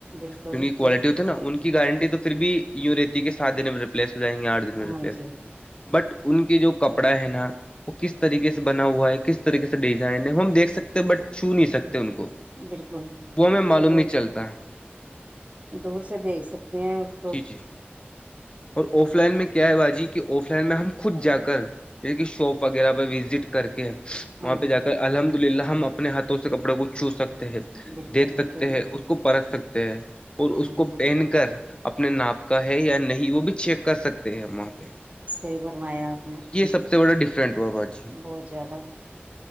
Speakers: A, on the right; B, on the left.
A: بالکل
B: جن کی کوالٹی ہوتی ہے نا ان کی کی گارنٹی تو پھر بھی یوں رہتی ہے کہ سات دن میں ریپللیس ہو جائیں گےٹھ دن میں ریپلیس
A: ہاں جی
B: ہو جیں گے <unintelligible> بٹ ان کے جو کپڑا ہے نا وہ کس طریقے سے بنا ہوا ہے کس طریقے سے ڈیزائن ہے وہ ہم دیکھ سکتے ہیں بٹ چھو نہیں سکتے ان کو
A: بالکل
B: وہ ہمیں
A: دورد
B: معلوم نہیں چلتا
A: دور سے دیکھ سکتے ہیں اس کو
B: جی جی اور آف لائن میں کیا ہے باجی کہ آف لائن میں ہم خود جا کر جیسے کہ شاپ وغیرہ پہ وزٹ کر کے
A: ہاں
B: وہاں پہ
A: جی
B: جا کر الحمد للہ ہم اپنے ہاتھوں سے کپڑوں کو چھو سکتے ہیں
A: بالکل
B: دیکھ سکتے
A: بالکل
B: ہیں اس کو پرکھ سکتے ہیں اور
A: ہوں
B: اس کو پہن کے کر اپنے ناپ کا ہے یا نہیں وہ بھی چیک کر سکتے ہیں وہاں پہ
A: صحیح فرمایا آپ نے
B: یہ سب سے بڑا ڈفرینٹ ہوا ب <unintelligible>
A: بہت زیادہ